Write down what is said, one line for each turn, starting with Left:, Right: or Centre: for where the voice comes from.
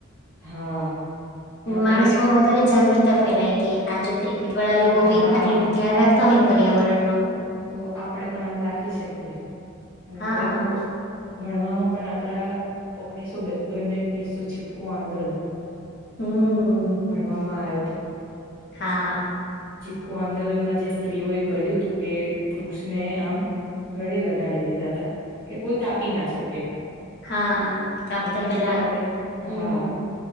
Right: હા. આપણે
Left: માણસમાં વધારે જાગૃતતા ફેલાય કે આ જો ક્રિ કેટ વાળા લોકો બી
Right: હા
Left: આટલી બ ધ્યાન રાખ હોય પર્યાવરણ નું.
Right: તો આપણેે પણ આમ રાખી શકીએ, અને
Left: હા
Right: આપણેે તો ભણવામાં પણ આપડા ઓગણીસો બેતર ને કિસ્સો ચીપકો આંદોલન.
Left: હમ
Right: ભણવામાં આવ્યો. તો.
Left: હા.
Right: ચીપકો આંદોલનમાં જે સ્ત્રીઓ એ કર્યું હતું કે વૃક્ષને આમ ગળે લગાડી દીધા હતા, કે કોઈ કાપી ના શકે.
Left: હા કાપતા
Right: એવી
Left: પેલા
Right: રીતે આપડે
Left: હમ
Right: હા.